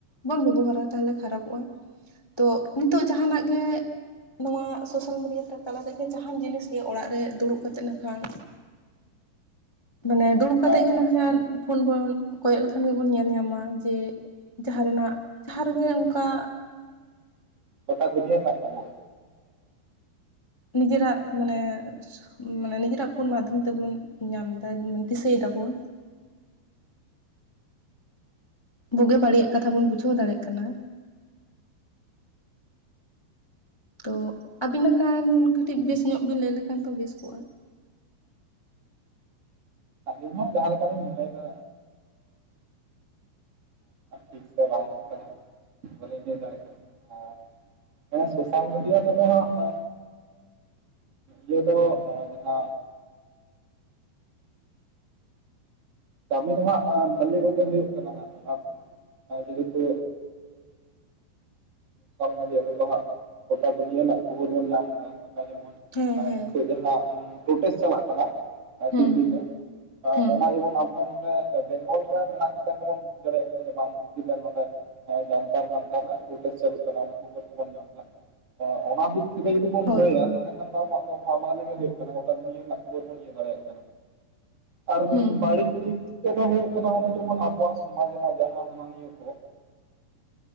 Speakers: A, on the left; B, on the right.
A: ᱵᱚᱱ ᱵᱮᱵᱚᱦᱟᱨᱟ ᱛᱟᱦᱚᱞᱮ ᱠᱷᱟᱨᱟᱯᱚᱜᱼᱟ᱾ ᱛᱚ ᱱᱤᱛᱚᱜ ᱡᱟᱦᱟᱱᱟᱜ ᱜᱮ᱾ ᱱᱚᱣᱟ ᱥᱳᱥᱟᱞ ᱢᱤᱰᱤᱭᱟ ᱛᱟᱞᱟ ᱛᱮᱜᱮ ᱡᱟᱦᱟᱱ ᱡᱤᱱᱤᱥ ᱚᱲᱟᱜ ᱨᱮ ᱫᱩᱲᱩᱵ ᱠᱟᱛᱮᱫ ᱱᱟᱠᱷᱟᱱ ᱢᱟᱱᱮ ᱫᱩᱲᱩᱵ ᱠᱟᱛᱮ
B: ᱦᱮᱸ
A: ᱜᱮ
B: ᱦᱮᱸ
A: ᱱᱟ ᱠᱷᱟᱱ ᱯᱷᱳᱱ ᱵᱚᱱ ᱠᱚᱭᱚᱜ ᱞᱮᱠᱷᱟᱱ ᱜᱮᱵᱚᱱ ᱧᱮᱞ ᱧᱟᱢᱟ ᱡᱮ ᱡᱟᱦᱟᱸ ᱨᱮᱱᱟᱜ ᱡᱟᱦᱟᱸ ᱨᱮᱜᱮ ᱚᱱᱠᱟ
B: ᱜᱳᱴᱟ ᱫᱩᱱᱤᱭᱟᱹ ᱨᱮᱱᱟᱜ ᱠᱷᱚᱵᱚᱨ᱾
A: ᱱᱤᱡᱮᱨᱟᱜ ᱢᱟᱱᱮ ᱢᱟᱱᱮ ᱱᱤᱡᱮᱨᱟᱜ ᱯᱷᱳᱱ ᱢᱟᱫᱽᱫᱷᱚᱢ ᱛᱮᱵᱚᱱ ᱧᱟᱢ ᱫᱟ ᱫᱤᱥᱟᱹᱭ ᱫᱟᱵᱚᱱ᱾ ᱵᱩᱜᱤ ᱵᱟᱹᱲᱤᱭᱟᱜ ᱠᱟᱛᱷᱟ ᱵᱚᱱ ᱵᱩᱡᱷᱟᱹᱣ ᱫᱟᱲᱮᱭᱟᱜ ᱠᱟᱱᱟ᱾ ᱛᱚ ᱟᱹᱵᱤᱱ ᱞᱮᱠᱷᱟᱱ ᱠᱟᱹᱴᱤᱡ ᱵᱮᱥ ᱧᱚᱜ ᱵᱤᱱ ᱞᱟᱹᱭ ᱞᱮᱠᱷᱟᱱ ᱫᱚ ᱵᱮᱥ ᱠᱚᱜᱼᱟ᱾
B: ᱟᱹᱞᱤᱧ ᱦᱚᱸ ᱡᱟᱦᱟᱸᱞᱮᱠᱟ ᱞᱤᱧ ᱢᱚᱱᱮᱭᱮᱫᱟ ᱟᱫᱚ ᱴᱷᱤᱠ ᱥᱮ ᱵᱟᱝ ᱴᱷᱤᱠ ᱵᱚᱞᱮ ᱞᱟᱹᱭ ᱫᱟᱲᱮᱭᱟᱜ ᱠᱟᱱᱟ ᱟᱨ ᱦᱮᱸ ᱥᱳᱥᱟᱞ ᱢᱤᱰᱤᱭᱟ ᱛᱮ ᱫᱚ ᱦᱟᱸᱜ ᱦᱮ ᱞᱟᱹᱭ ᱥᱟᱠᱚᱢ ᱡᱟᱦᱟ ᱠᱟᱹᱢᱤ ᱫᱚᱦᱟᱸᱜ ᱵᱷᱟᱞᱤ ᱠᱚᱜᱮ ᱦᱩᱭᱩᱜ ᱠᱟᱱᱟ ᱦᱟᱸᱜ ᱚᱱᱟ ᱫᱚ ᱡᱮᱦᱮᱛᱩ ᱥᱳᱥᱟᱞ ᱢᱤᱰᱤᱭᱟ ᱨᱮᱫᱚ ᱦᱟᱸᱜ ᱜᱚᱴᱟ ᱫᱩᱱᱤᱭᱟᱹ ᱨᱮᱱᱟᱜ ᱠᱷᱚᱵᱚᱨ ᱵᱚᱱ ᱧᱟᱢ ᱮᱫᱟ ᱦᱟᱱᱟ ᱡᱮᱢᱚᱱ
A: ᱦᱮᱸ ᱦᱮᱸ
B: ᱱᱤᱛᱚᱜ ᱡᱟᱦᱟᱸ ᱯᱨᱚᱴᱮᱥᱴ ᱪᱟᱞᱟᱜ ᱠᱟᱱᱟ
A: ᱦᱮᱸ
B: ᱫᱤᱞᱞᱤ
A: ᱦᱮᱸ
B: ᱨᱮ
A: ᱦᱮᱸ
B: ᱚᱱᱟ ᱡᱮᱢᱚᱱ ᱟᱵᱚ ᱱᱚᱰᱮ ᱵᱮᱝᱜᱚᱞ ᱨᱮ ᱢᱮᱱᱟᱜ ᱠᱟᱛᱮ ᱦᱚᱸᱵᱚᱱ ᱵᱩᱡᱽ ᱫᱟᱲᱮᱭᱟᱜ ᱠᱟᱱᱟ ᱡᱮ ᱱᱤᱛᱚᱜ ᱱᱚᱰᱮ ᱡᱟᱱᱛᱟᱲ ᱢᱟᱱᱛᱟᱨ ᱨᱮ ᱯᱨᱩᱴᱮᱥ ᱪᱟᱞᱩᱜ ᱚᱱᱟ ᱠᱷᱚᱵᱚᱨ ᱠᱚᱵᱚᱱ ᱧᱟᱢ ᱮᱫᱟ ᱚᱱᱟ ᱫᱤᱠ ᱛᱷᱮᱠᱮ ᱡᱩᱫᱤ ᱵᱚᱱ
A: ᱦᱳᱭ
B: ᱞᱟᱹᱭᱟ
A: ᱦᱳᱭ
B: ᱛᱟᱦᱚᱞᱮ ᱮᱱᱟᱝ ᱱᱟ ᱫᱚ ᱟᱵᱚᱣᱟᱜ ᱫᱚᱦᱟ ᱢᱟᱦᱟᱞ ᱜᱮ ᱦᱩᱭᱩᱜ ᱠᱟᱱᱟ ᱜᱚᱴᱟ ᱫᱩᱱᱭᱟᱹ ᱨᱮᱱᱟᱜ ᱠᱷᱚᱵᱚᱨ ᱵᱚᱱ ᱤᱭᱟᱹ ᱫᱟᱲᱮᱭᱟᱜᱼᱟ ᱟᱨ
A: ᱦᱮᱸ
B: ᱵᱟᱹᱲᱤᱡᱽ
A: ᱦᱮᱸ
B: ᱫᱤᱠ ᱫᱚ ᱦᱩᱭᱩᱜ ᱠᱟᱱᱟ ᱚᱱᱮ ᱡᱮᱢᱚᱱ ᱟᱵᱚᱣᱟᱜ ᱥᱚᱢᱟᱡᱽ ᱨᱮᱱᱟᱜ ᱡᱟᱦᱟᱸ ᱦᱟᱱᱟ ᱱᱤᱭᱟᱹ ᱠᱚ